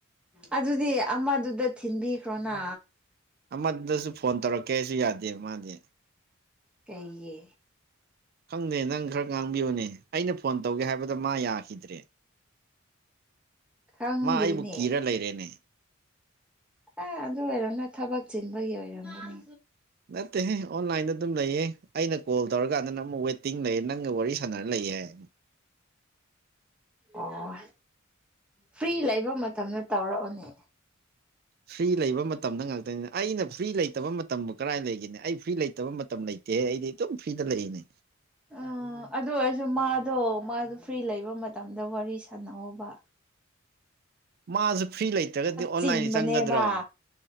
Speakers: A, in the centre; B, on the right.
A: ꯑꯗꯨꯗꯤ ꯑꯃꯗꯨꯗ ꯊꯤꯟꯕꯤꯈ꯭ꯔꯣꯅ
B: ꯑꯃꯗꯁꯨ ꯐꯣꯟ ꯇꯧꯔꯛꯀꯦ ꯑꯩꯁꯨ ꯌꯥꯗꯦ ꯃꯥꯗꯤ
A: ꯀꯩꯒꯤ
B: ꯈꯪꯗꯦ ꯅꯪ ꯈꯔ ꯉꯥꯡꯕꯤꯌꯨꯅꯦ ꯑꯩꯅ ꯐꯣꯟ ꯇꯧꯒꯦ ꯍꯥꯏꯕꯗ ꯃꯥ ꯌꯥꯈꯤꯗ꯭ꯔꯦ
A: ꯈꯪꯗꯦꯅꯦ
B: ꯃꯥ ꯑꯩꯕꯨ ꯀꯤꯔ ꯂꯩꯔꯦꯅꯦ
A: ꯑꯦ ꯑꯗꯨ ꯑꯣꯏꯔꯝꯅ ꯊꯕꯛ ꯆꯤꯟꯕꯒꯤ ꯑꯣꯏꯔꯝꯒꯅꯤ
B: ꯅꯠꯇꯦ ꯑꯣꯟꯂꯥꯏꯟꯗ ꯑꯗꯨꯝ ꯂꯩꯌꯦ ꯑꯩꯅ ꯀꯣꯜ ꯇꯧꯔꯀꯥꯟꯗ ꯅꯪ ꯑꯃꯨꯛ ꯋꯦꯇꯤꯡ ꯂꯩꯌꯦ ꯅꯪꯒ ꯋꯥꯔꯤ ꯁꯥꯟꯅꯔ ꯂꯩꯌꯦ ꯍꯥꯏ
A: ꯑꯣ ꯐ꯭ꯔꯤ ꯂꯩꯕ ꯃꯇꯝꯗ ꯇꯧꯔꯛꯑꯣꯅꯦ
B: ꯐ꯭ꯔꯤ ꯂꯩꯕ ꯃꯇꯝꯗ ꯉꯥꯛꯇꯅꯤꯅ ꯑꯩꯅ ꯐ꯭ꯔꯤ ꯂꯩꯇꯕ ꯃꯇꯝꯕꯨ ꯀꯔꯥꯏ ꯂꯩꯒꯅꯤ ꯑꯩ ꯐ꯭ꯔꯤ ꯂꯩꯇꯕ ꯃꯇꯝ ꯂꯩꯇꯦꯍ ꯑꯩꯗꯤ ꯑꯗꯨꯝ ꯐ꯭ꯔꯤꯗ ꯂꯩꯔꯤꯅꯦ
A: ꯑ ꯎ ꯑꯗꯨ ꯑꯣꯏꯔꯁꯨ ꯃꯥꯗꯣ ꯃꯥꯗꯣ ꯐ꯭ꯔꯤ ꯂꯩꯕ ꯃꯇꯝꯗ ꯋꯥꯔꯤ ꯁꯥꯟꯅꯍꯧꯕ
B: ꯃꯥꯁꯨ ꯐ꯭ꯔꯤ ꯂꯩꯇ꯭ꯔꯒꯗꯤ ꯑꯣꯟꯂꯥꯏꯟ
A: ꯆꯤꯟꯕꯅꯦꯕ
B: ꯆꯪꯒꯗ꯭ꯔꯣ